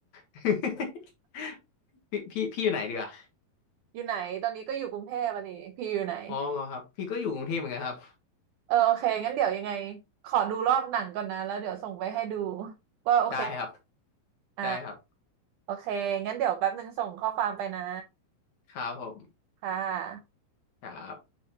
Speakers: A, on the left; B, on the right.
A: <laughs> พี่พี่พี่อยู่ไหนเดีอ่ะ
B: อยู่ไหนตอนนี้ก็อยู่กรุงเทพอ่ะนีพี่อยู่ไหน
A: อ๋อเหรอครับ พี่ก็อยู่กรุงเทพเหมือนกันครับ
B: เออโอเคงั้นเดี๋ยวยังไงขอดูรอบหนังก่อนนะแล้วเดี๋ยวส่งไปให้ดูว่าโอเค
A: ได้ครับ
B: อ่า
A: ได้ครับ
B: โอเค งั้นเดี๋ยวแป๊บนึงส่งข้อความไปนะ
A: ครับผม
B: ค่ะ
A: ครับ